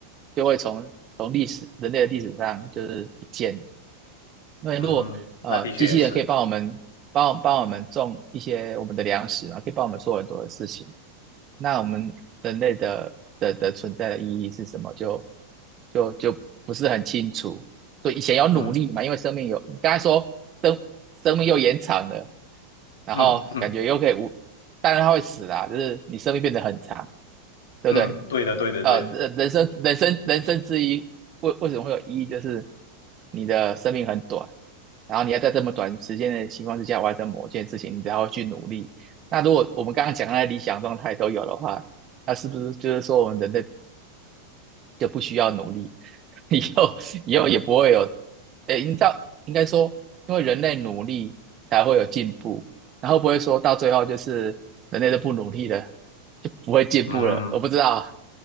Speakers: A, on the right; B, on the left.
A: 就会从从历史人类的历史上就是不见？因为如果呃机器人可以帮我们帮帮我们种一些我们的粮食嘛，
B: 嗯，那的确也是，
A: 可以帮我们做很多的事情，那我们人类的的的存在的意义是什么？就就就不是很清楚。所以以前要努力嘛，
B: 嗯
A: 因为生命有，你刚才说生生命又延长了，然后感觉又可以无，
B: 嗯嗯。
A: 当然它会死啦，就是你生命变得很长，对不对？
B: 嗯，对的，对的，对的，
A: 呃，人人生人生人生之一，为为什么会有意义？就是你的生命很短，然后你要在这么短时间的情况之下完成某件事情，你才会去努力。那如果我们刚刚讲的那理想状态都有的话，那是不是就是说我们人类就不需要努力，<laughs> 以后以后也不会有，诶，你知道应该说，因为人类努力才会有进步，然后不会说到最后就是人类都不努力了，就不会进步了。
B: 嗯，
A: 我不知道